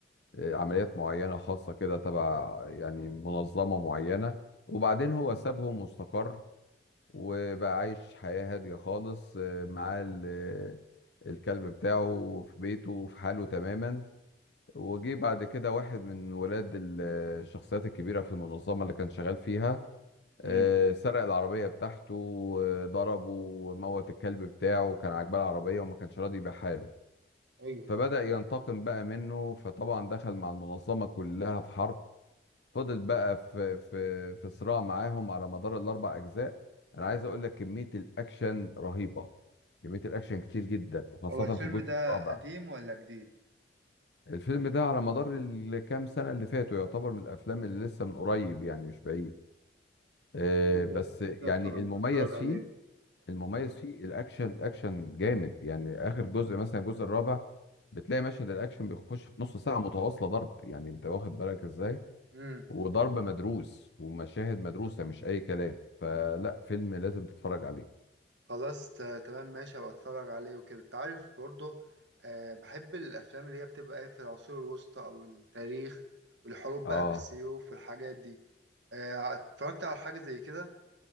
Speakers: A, on the left; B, on the right.
A: آه، عمليات معينة خاصة كده تبع يعني منظمة معينة وبعدين هو سابهم واستقر وبقى عايش حياة هادية خالص آه، معاه ال- آه، الكلب بتاعه في بيته وفي حاله تماما وجي بعد كده واحد من ولاد ال- آه، الشخصيات الكبيرة في المنظمة اللي كان شغال فيها آه،
B: امم
A: سرق العربية بتاعته آه، ضربه وموت الكلب بتاعه كان عاجباه العربية وما كانش راضي يبيعها له
B: ايوه
A: فبدأ ينتقم بقى منه فطبعا دخل مع المنظمة كلها في حرب فضل بقى في في في صراع معاهم على مدار الأربع أجزاء أنا عايز أقول لك كمية الأكشن رهيبة كمية الأكشن كتير جدا وخاصة
B: هو الفيلم
A: في الجزء
B: ده
A: الرابع
B: قديم ولا جديد؟
A: الفيلم ده على مدار الكام سنة اللي فاتوا يعتبر من الأفلام اللي لسه من قريب يعني مش بعيد آه،
B: حلو
A: بس
B: ده ممكن
A: يعني
B: أتفرج
A: المميز
B: أتفرج عليه
A: فيه المميز فيه الاكشن الاكشن جامد يعني اخر جزء مثلا الجزء الرابع بتلاقي مشهد الاكشن بيخش في نص ساعه متواصله ضرب يعني انت واخد بالك ازاي
B: أيوه
A: وضرب مدروس ومشاهد مدروسه مش اي كلام فلا فيلم لازم تتفرج عليه
B: خلاص ت- تمام ماشي هبقى اتفرج عليه وكده انت عارف برضه آه بحب الافلام اللي هي بتبقى ايه في العصور الوسطى او التاريخ والحروب
A: اه
B: بقى بالسيوف والحاجات دي آه اتفرجت على حاجة زي كده